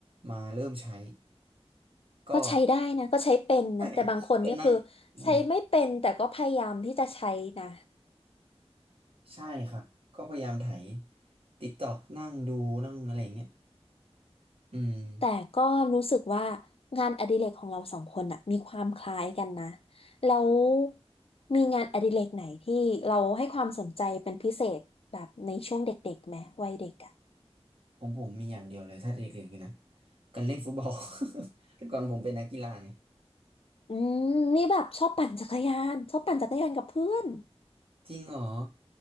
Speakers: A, on the right (about 60°); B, on the left (about 60°).
A: มาเริ่มใช้ก็
B: ก็ใช้ได้นะก็ใช้เป็นนะแต่บางคนนี่คือ
A: <laughs> ก็นั่งอืม
B: ใช้ไม่เป็นแต่ก็พยายามที่จะใช้นะ
A: ใช่ครับก็พยายามไถ TikTok นั่งดูนั่งอะไรอย่างเงี้ยอืม
B: แต่ก็รู้สึกว่างานอดิเรกของเราสองคนอะมีความคล้ายกันนะแล้วมีงานอดิเรกไหนที่เราให้ความสนใจเป็นพิเศษแบบในช่วงเด็กๆไหมวัยเด็กอะ
A: ของผมมีอย่างเดียวเลยถ้าเด็กๆนะการเล่นฟุตบอล <laughs> แต่ก่อนผมเป็นนักกีฬาไง
B: อืมนี่แบบชอบปั่นจักรยานชอบปั่นจักรยานกับเพื่อน
A: จริงเหรอ